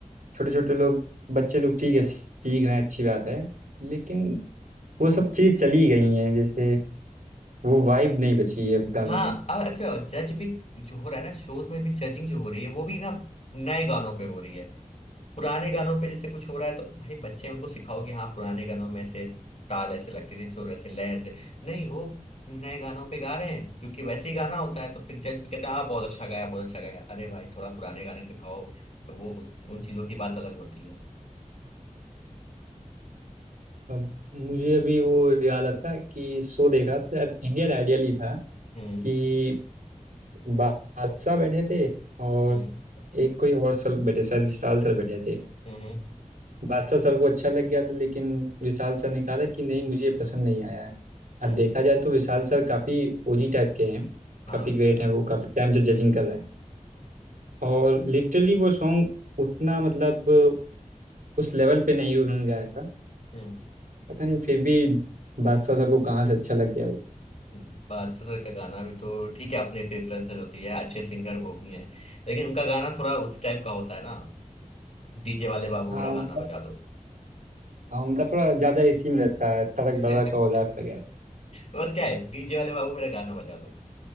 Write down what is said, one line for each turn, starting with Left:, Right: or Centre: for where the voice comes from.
Right: छोटे छोटे लोग बच्चे लोग ठीक है सीख रहे हैं अच्छी बात है लेकिन वो सब चीज़ें चली गई हैं जैसे वो वाइब नहीं बची है अब गानों
Left: हाँ
Right: में
Left: अब अच्छा जज भी जो हो रहा है ना शोज में भी जजिंग जो हो रही है वो भी ना नए गानों पे हो रही है पुराने गानों पे जैसे कुछ हो रहा है तो भाई बच्चे उनको सिखाओ कि हाँ पुराने गानों में से ताल ऐसे लगती थी सुर ऐसे लय ऐसे नहीं वो नए गानों पे गा रहे हैं क्योंकि वैसे ही गाना होता है तो फिर जज भी कहते हैं हाँ बहुत अच्छा गाया बहुत अच्छा गाया अरे भाई थोड़ा पुराने गाने सिखाओ तो वो उस उन चीजों की बात अलग होती है
Right: अब मुझे अभी वो याद आता है कि शो देख रहा था शायद इंडियन आइडियल ही था
Left: हम्म
Right: कि बा- बादशाह बैठे थे और
Left: हम्म
Right: एक कोई और सर बैठे शायद विशाल सर बैठे थे
Left: हम्म
Right: बादशाह सर को अच्छा लग गया था लेकिन विशाल सर ने कहा था कि नहीं मुझे ये पसंद नहीं आया है
Left: हम्म
Right: अब देखा जाए तो विशाल सर काफ़ी ओजी टाइप के हैं
Left: हाँ
Right: काफ़ी ग्रेट हैं वो काफ़ी टाइम से जजिंग कर रहे हैं और लिटरली वो सॉन्ग उतना मतलब उस लेवल पे नहीं उन्होंने गाया था
Left: हम्म
Right: पता नहीं फिर भी बादशाह सर को कहाँ से अच्छा लग गया वो
Left: हम्म। बादशाह सर का गाना भी तो ठीक है अपने प्रेफरेंसेस होती है अच्छे सिंगर वो भी हैं लेकिन उनका गाना थोड़ा उस टाइप का होता है ना डीजे वाले बाबू
Right: हाँ
Left: मेरा
Right: उनका
Left: गाना बजा दो
Right: हाँ उनका थोड़ा ज़्यादा इसी में रहता है सड़क
Left: <laughs>
Right: भड़क और रैप वगैरह
Left: बस क्या है डीजे वाले बाबू मेरा गाना बजा दो